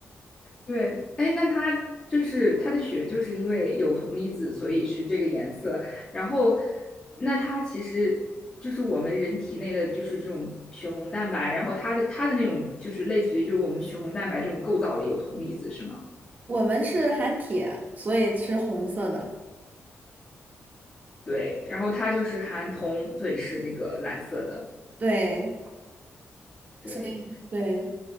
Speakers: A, on the left; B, on the right.
A: 对，哎，那它就是它的血就是因为有铜离子，所以是这个颜色。然后，那它其实。就是我们人体内的就是这种血红蛋白，然后它的它的那种就是类似于就是我们血红蛋白这种构造里有铜离子是吗？
B: 我们是含铁，所以是红色的。
A: 对，然后它就是含铜，所以是那个蓝色的。
B: 对，
A: 对，
B: 所以对。